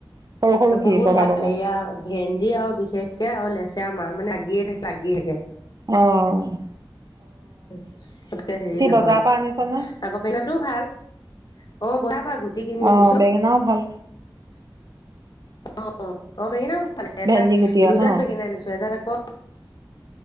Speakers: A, on the right (about 45°); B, on the left (about 55°).
A: সৰু সৰু
B: বহুত
A: কি বগা
B: হালেয়া
A: বগা
B: ভেন্দি আৰু বিশেষকে আৰু লেচু। আমাৰ মানে আগিয়ে থাকে লাগিয়ে থাকে।
A: অঁ।
B: তেনেকে হেৰি নহয়
A: বজাৰৰ পৰা আনিছনে
B: আকৌ বেঙনাটো ভাল। অ, বজাৰ পা গুটি কিনি
A: অ',
B: আনিছো।
A: বেঙেনাও ভাল
B: অ অ, বেঙেনা হ পালে
A: ভেন্দি
B: এটা
A: গুটি আৰু
B: দুজাত
A: ন
B: বেঙেনা আনিছো এজাৰ আকৌ।